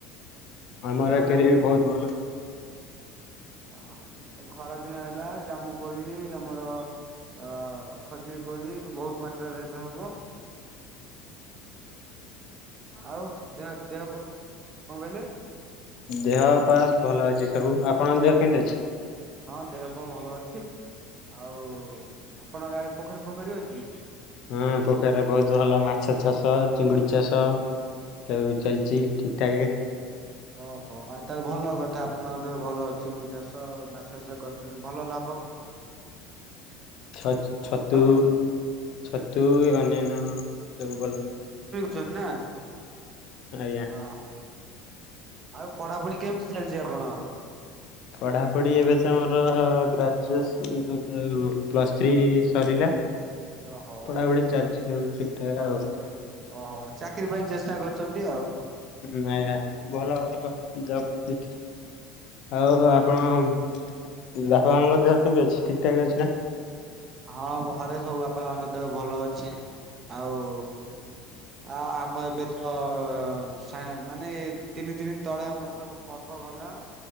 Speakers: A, on the left; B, on the right.
A: ଆମର
B: ଆପଣ
A: ଏକରେ
B: ଆଡେ
A: ବି ବହୁତ ଭଲ।
B: ଓ ଏ ଖରାଦିନ ହେଲା ଜାମୁକୋଳି ଆମର। ଅ ଖଜୁରୀ କୋଳି ବହୁତ ମାତ୍ରାରେ ଏବେ ହବ। ଆଉ ଦେହ ଦେହ କଣ କହିଲେ?
A: ଦେହ ପାହା ଭଲ ଅଛି ସବୁ ଆପଣଙ୍କ ଦେହ କେମିତି ଅଛି?
B: ହଁ ଦେହ ପେହ ଭଲ ଅଛି ଆଉ ଆପଣଙ୍କ ଗାଁରେ ପୋଖରୀ ପୋଖରୀ ଅଛି?
A: ହଁ ପୋଖରୀରେ ବହୁତ ଭଲ ମାଛ ଚାଷ ଚିଙ୍ଗୁଡ଼ି ଚାଷ ସବୁ ଚାଲିଛି ଠିକ୍ ଠାକ୍
B: ଓହୋ ଆଉ ତାହେଲେ ଭଲ କଥା ଆପଣ ଯୋଉ ଭଲ ଚିଙ୍ଗୁଡି ଚାଷ ମାଛ ଚାଷ କରୁଛନ୍ତି ଭଲ ଲାଭ
A: ଛ ଛତୁ
B: ପାଉଛନ୍ତି
A: ଛତୁ ଅନ୍ୟାନ୍ୟ ସବୁ ଭଲ
B: ଚନା
A: ଆଜ୍ଞା
B: ଆ ଆଉ ପଢ଼ାପଢ଼ି କେମିତି ଚାଲିଛି ଆପଣଙ୍କର?
A: ପଢ଼ାପଢ଼ି ଏବେତ ମୋର ଗ୍ରାଜୁଏସନ୍ ପ୍ଲସ୍ ଥ୍ରୀ ସରିଲା।
B: ଓହୋ
A: ପଢ଼ାପଢ଼ି ଚାଲିଛି ସବୁ ଠିକ ଠାକ୍
B: ପଢା
A: ଆଉ
B: ଚାଲିଛି ଓହୋ ଚାକିରି ପାଇଁ ଚେଷ୍ଟା କରୁଛନ୍ତି ଆଉ
A: ଆଜ୍ଞା ଭଲ କଥା ଦେହ ପ୍ରତି ଦେଖିକି ଆଉ
B: ଓହୋ
A: ଆପଣଙ୍କ ବାପା ମାଙ୍କ ଦେହ କେମତି ଅଛି ଠିକ୍ ଠାକ୍ ଅଛି ନା?
B: ହଁ ମୋ ଘରେ ସବୁ ବାପା ମାଙ୍କ ଦେହ ଭଲ ଅଛି ଆଉ ଆଉ ଆମ ଏବେ ତ ମା ମାନେ ତିନି ଦିନ ତଳେ ଆମର ସବୁ ପର୍ବ ଗଲା